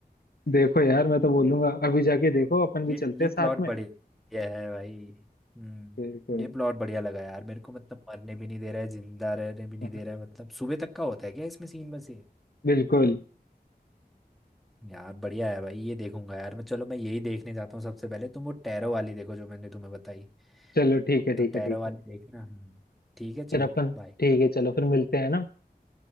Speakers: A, on the left; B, in the centre.
A: देखो यार मैं तो बोलूंगा अभी जाके देखो अपन भी
B: ये
A: चलते
B: ये
A: हैं
B: प्लॉट
A: साथ में
B: बढ़िया है भाई हम्म
A: बिल्कुल
B: ये प्लॉट बढ़िया लगा यार मेरे को मतलब मरने भी नहीं दे रहा है जिंदा रहने भी नहीं
A: <laughs>
B: दे रहा है मतलब सुबह तक का होता है क्या इसमें सीन बस ये
A: बिल्कुल
B: यार बढ़िया है भाई ये देखूंगा यार मैं चलो मैं यही देखने जाता हूँ सबसे पहले तुम वो टैरो वाली देखो जो मैंने तुम्हें बताई
A: चलो ठीक है ठीक
B: तो
A: है
B: टैरो
A: ठीक
B: वाली
A: है
B: देखना हम्म। ठीक है
A: फिर
B: चलो
A: अपन
B: बाय
A: ठीक है चलो फिर मिलते हैं ना